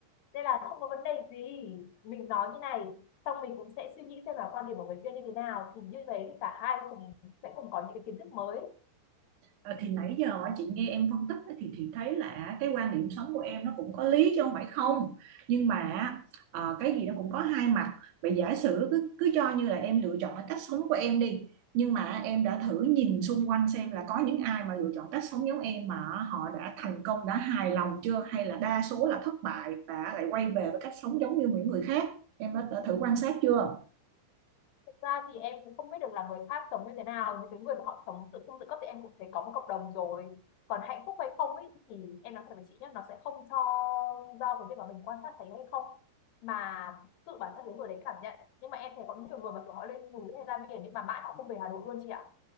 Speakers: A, on the left (about 70°); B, on the right (about 85°).
A: nên là không có vấn đề gì mình nói như này xong mình cũng sẽ suy nghĩ xem là quan điểm của người kia như thế nào thì như thế thì cả hai cùng sẽ cùng có những cái kiến thức mới
B: Ờ, thì nãy giờ chị nghe em phân tích á, thì chị thấy là cái quan điểm sống của em nó cũng có lý chứ không phải không nhưng mà ờ, cái gì nó cũng có hai mặt vậy giả sử cứ cứ cho như là em lựa chọn cái cách sống của em đi nhưng mà em đã thử nhìn xung quanh xem là có những ai mà lựa chọn cách sống giống em mà họ đã thành công đã hài lòng chưa hay là đa số là thất bại và lại quay về với cách sống giống như những người khác em đã, đã thử quan sát chưa
A: Thực ra thì em cũng không biết được là người khác sống như thế nào nhưng cái người mà họ sống tự cung tự cấp thì em cũng thấy có một cộng đồng rồi còn hạnh phúc hay không ấy thì em nói thật với chị nhé nó sẽ không cho do cái việc mà mình quan sát thấy hay không mà tự bản thân cái người đấy cảm nhận nhưng mà em thấy có những người mà kiểu họ lên núi hay ra biển nhưng mà mãi họ không về Hà Nội luôn chị ạ